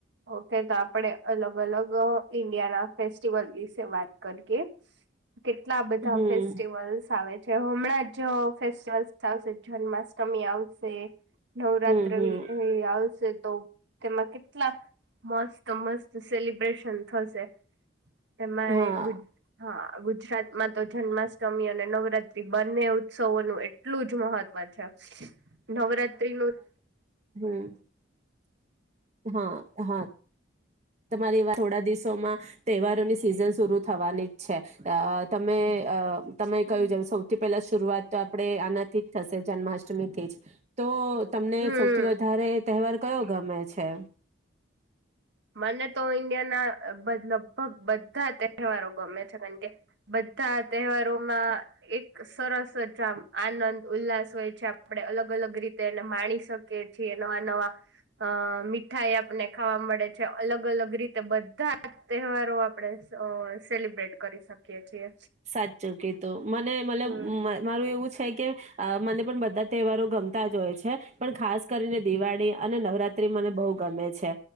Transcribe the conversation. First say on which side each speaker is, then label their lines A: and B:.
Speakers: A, on the right; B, on the right.
A: ઓકે તો આપણે અલગ અલગ ઇન્ડિયાના ફેસ્ટિવલ વિશે વાત કરીએ. કેટલા બધા
B: હમ
A: ફેસ્ટિવલ્સ આવે જે હમણાં જ ફેસ્ટિવલ્સ આવશે જન્માષ્ટમી આવશે નવરાત્ર
B: હમ હમ
A: વિ આવશે તો તેમાં કેટલા મસ્ત મસ્ત સેલિબ્રેશન થશે એમાં
B: હા
A: હા ગુજરાતમાં તો જન્માષમ અષ્ટમી અને નવરાત્રી બંને ઉત્સવો નું એટલું જ મહત્વ છે નવરાત્ર્રી નું
B: હમ્મ હા હા તમારે એવા થોડા દિવસોમાં તહેવારોની સિઝન શરુ થવાની જ છે અ તમે અ તમે
A: હમ.
B: કહ્યું જેમ સૌથી પહેલા શરૂઆત તો આપેડે થી જ થશે જન્માષ્ટમીથી જ તો તમને
A: હમ.
B: સૌથી વધારે તહેવાર કયો ગમે છે
A: મને તો ઈન્ડિયા ના લગભગ બધા તહેવારો ગમે છે કારણ કે બધા તહેવારોમાં એક સરસ જામ આનંદ ઉલ્લાસ હોય છે આપણે અલગ અલગ રીતે એને માણી શકીએ છીએ નવા નવા અ મીઠાઈ આપને ખાવા મળે છે અલગ અલગ રીતે બ બધા તહેવારો આપ આપણે સ સેલિબ્રેટ કરી શકીએ છીએ
B: સાચું કીધું મને મતલબ
A: હમ
B: મારું એવું છે કે અ મને પણ બધા તહેવારો ગમતા જ હોય છે પણ ખાસ કરીને દિવાળી અને નવરાત્રી મને બઉ ગમે છે